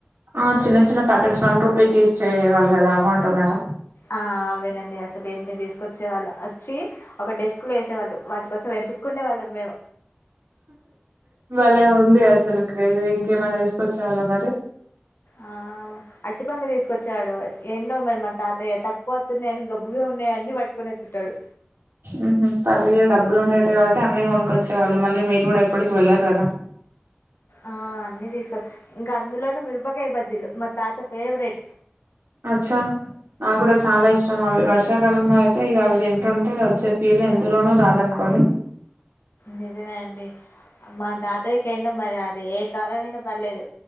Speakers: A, on the right; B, on the left.
A: ఆ చిన్న చిన్న ప్యాకెట్స్ వన్ రూపీకిి ఇచ్చే వాళ్ళు గదా అవ్వంటున్నరా
B: ఆ అవేనండి అసలు ఎన్ని దీసుకొచ్చే వాళ్లో అచ్చీ ఒక డెస్క్ లో ఏసేవాళ్ళు వాటి కోసం వెతుక్కుండే వాళ్ళం మేం
A: భలే ఉంది అసలు క్రేజీ ఇంకేమైనా దీసుకొచ్చేవాల్లా మరీ
B: ఆ అట్టి పండ్లు దీసుకొచ్చేవాడు ఏన్నో మరి మా తాతయ్య తక్కువ వత్తున్నయనీ గబ్బుగా ఉన్నాయన్ని పట్టుకొని వచ్చేటోడు
A: ఉ హు తల్లు ఏ డబ్బులుండేటివి కావట్టి అన్నయ్య గొనుకొచ్చేవాళ్ళు మళ్ళీ మీరు గుడ ఎప్పడికి వెళ్లరు గదా
B: ఆ అన్ని దీస్కొ ఇంకా అందులోను మిరపకాయ్ బజ్జీలు మా తాత ఫేవరెట్
A: అచ్ఛా నాక్ గుడ చాలా ఇష్ అవి వర్షాకాలంలో అయితే ఇగ అవి తింటుంటే వచ్చే ఫీల్ ఎందులోనూ రాదనుకోండి
B: నిజమే అండీ మా దాతయ్య కేంటో మరి అది ఏ కాలం అయినా పర్లేదు